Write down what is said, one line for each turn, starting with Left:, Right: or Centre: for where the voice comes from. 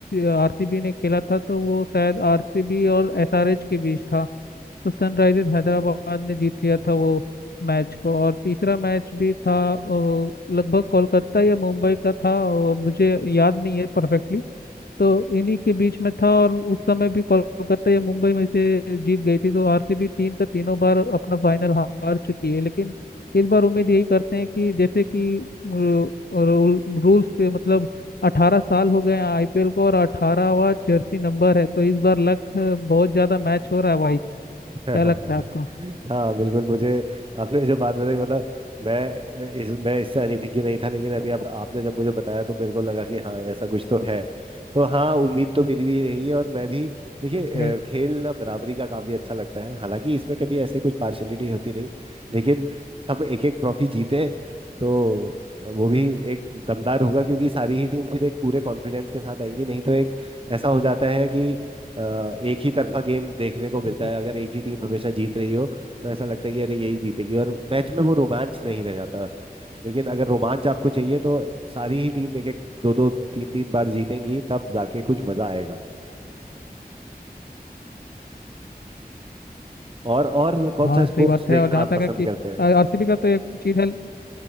Left: आरसीबी ने खेला था तो वो शायद आरसीबी और एसआरएच के बीच था तो सनराइजर्स हैदराबाद ने जीत लिया था वो मैच को और तीसरा मैच भी था अ, लगभग कोलकाता या मुंबई का था और मुझे याद नहीं है परफेक्टली तो इन्हीं के बीच में था और उस समय भी कोलकाता या मुंबई में से जीत गई थी तो आरसीबी तीन का तीनों बार अपना फाइनल हार चुकी है लेकिन इस बार उम्मीद यही करते हैं कि जैसे कि रूल्स के मतलब 18 साल हो गए हैं आईपीएल को और 18वां जर्सी नंबर है तो इस बार लक बहुत ज्यादा मैच हो रहा है भाई क्या
Right: <laughs> हाँ
Left: लगता है आपको
Right: बिल्कुल मुझे आपने जो बात बताई मतलब मैं इस मैं इससे अनभिज्ञ नहीं था लेकिन अभी आप आपने जब मुझे बताया तो मेरे को लगा कि हाँ ऐसा कुछ तो है तो हाँ उम्मीद तो मेरी भी रही है और मैं भी देखिए
Left: जी
Right: अ, खेल ना बराबरी का काफी अच्छा लगता है हालांकि इसमें कभी ऐसे कुछ पार्शलिटी होती नहीं लेकिन सब एक एक ट्रॉफी जीते तो वो भी एक दमदार होगा क्योंकि सारी ही टीम फिर एक पूरे कॉन्फिडेंस के साथ आएंगी नहीं तो एक ऐसा हो जाता है कि अ, एक ही तरफा गेम देखने को मिलता
Left: जी
Right: है अगर एक ही टीम हमेशा जीत रही हो तो ऐसा लगता है कि अरे यही जीतेगी और मैच में वो रोमांच नहीं रह जाता लेकिन अगर रोमांच आपको चाहिए तो सारी ही टीम एक एक दो दो तीन तीन बार जीतेंगी तब जाके कुछ मजा आएगा और और कौन
Left: हाँ
Right: सा स्पोर्ट्स
Left: सही बात
Right: देखना
Left: है और जहाँ
Right: आप
Left: तक
Right: पसंद
Left: है कि
Right: करते हैं
Left: आरसीबी का तो एक चीज है